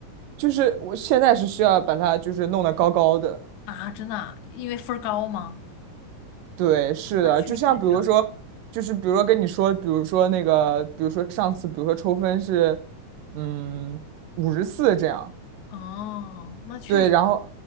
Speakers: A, on the right; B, on the left.
A: 就是我现在是需要把它就是弄得高高的。
B: 啊，真的啊因为分儿高吗？
A: 对，是的，
B: 那确实太卷了。
A: 就像比如说，就是比如说跟你说，比如说那个，比如说上次，比如说抽分是，嗯，五十四这样，
B: 哦，那确实，
A: 对，然后